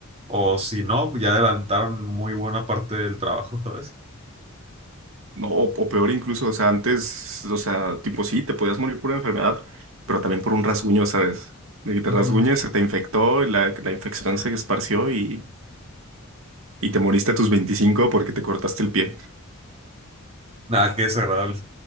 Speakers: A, on the right; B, on the right.
A: o si no, ya adelantaron muy buena parte del trabajo, ¿sabes?
B: No, o, o peor incluso, o sea, antes, o sea, tipo sí, te podías morir por una enfermedad, pero también por un rasguño, ¿sabes? De que te
A: Ujú.
B: rasguñes, se te infectó, la, la infección se esparció y, y te moriste a tus 25 porque te cortaste el pie.
A: Nada, qué desagradable.